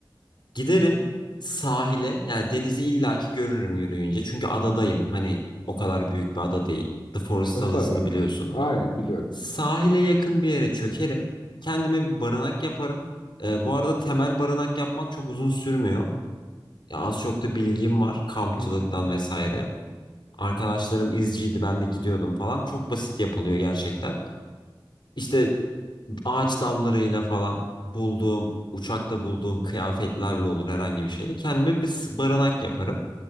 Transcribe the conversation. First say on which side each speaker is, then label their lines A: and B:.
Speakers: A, on the left (about 65°); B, on the left (about 80°).
A: Giderim sahile yani denizi illaki görürüm yürüyünce. Çünkü adadayım. Hani o kadar büyük bir ada değil. The Forest
B: E
A: adasını
B: tabii.
A: biliyorsun.
B: Aynen biliyorum.
A: Sahile yakın bir yere çökerim. Kendime bir barınak yaparım. Ee, bu arada temel barınak yapmak çok uzun sürmüyor. Ya az çok da bilgim var kampçılıktan
B: Hı hı.
A: vesaire. Arkadaşlarım izciydi ben de gidiyordum falan. Çok basit yapılıyor gerçekten. İşte ağaç dallarıyla falan bulduğum uçakta bulduğum kıyafetlerle olur herhangi bir şeyle. Kendime bir s- barınak yaparım.